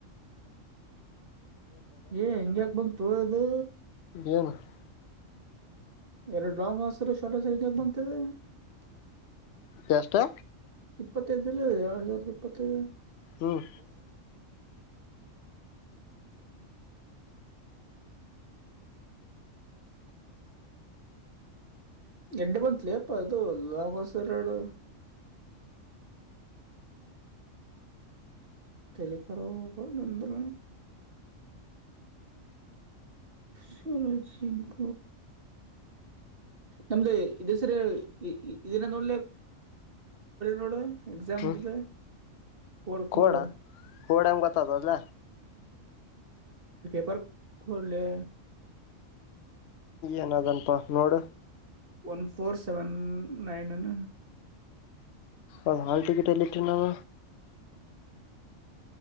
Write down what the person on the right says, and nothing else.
ಏ ಹೆಂಗ್ಯಾಕ ಬಂಗ್ ತೋಯದು
ಎರಡು ಡಾಂಗ್ ಹಸರು ಟ ಸ ಬಂತಿದೆ <unintelligible>
ಇಪ್ಪತ್ತೈದುಲ್ಲ ಎರಡು ಸಾವಿರದ ಇಪ್ಪತ್ತೈದು
ಹ್ಮ ಎಡ್ಡೆ ಬತ್ಲಿ ಅಪ್ಪ ಅದು ಲಗೋಸರ ಎರಡು <unintelligible> ತಲ ಕರಬ ಅಂದ್ರ ಸಲೋಜ ಶಲ್ಪ ನಮ್ದ ಇ ಸರಿ ಇದನ ನೋಡ್ಲಿ ನೋಡು ಎಕ್ಸಾಮ
ದದೆ ಕೊಡ ಕೊರ
ಪೇಪರ್ ಕೊಲೆ
ಒನ್ ಫೋರ್ ಸೆವೆನ್ ನೈನ್ನ್